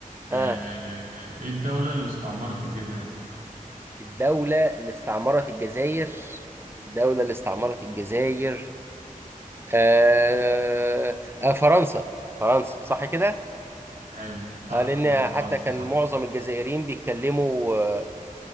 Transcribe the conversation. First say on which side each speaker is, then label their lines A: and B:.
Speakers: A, on the right (about 70°); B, on the right (about 15°).
A: آه،
B: اه
A: ايه الدولة اللي استعمرت الجزائر؟
B: الدولة اللي استعمرت الجزائر الدولة اللي استعمرت الجزائر آه... آه فرنسا فرنسا صح كده
A: حلو صح
B: اه لان
A: كده فرنسا
B: حتى كان
A: صح
B: معظم الجزائريين بيتكلموا آه،